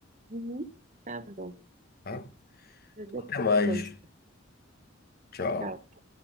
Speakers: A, on the right (about 40°); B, on the left (about 50°).
A: Uhum, tá bom.
B: tá?
A: Até Depois,
B: Até mais. Tchau.
A: tchau.